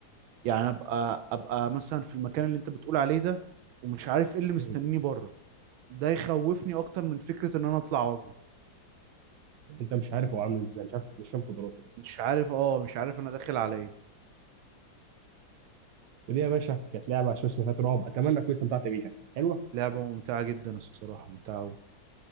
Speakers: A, on the right; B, on the right.
A: يعني ابقى ابقى مثلا في المكان اللي انت بتقول عليه ده ومش عارف ايه اللي مستنيني
B: له؟
A: بره ده يخوفني اكتر من فكرة ان انا اطلع واجهه
B: انت مش عارف هو عامل ازاي مش عارف مش فاهم قدراته
A: مش عارف اه مش عارف انا داخل على ايه
B: ودي يا باشا كانت لعبه شويه سيناريوهات رعب اتمنى تكون استمتعت بيها حلوه
A: لعبة ممتعة جدا الصراحة ممتعة أوي.